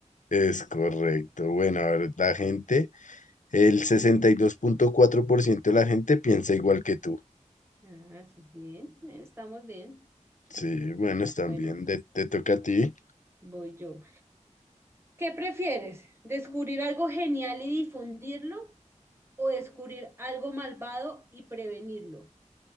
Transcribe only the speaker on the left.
Es correcto. Bueno, a ver, la gente. El 62.4% de la gente piensa igual que tú.
Sí, bueno, están
bien. de- te toca a ti.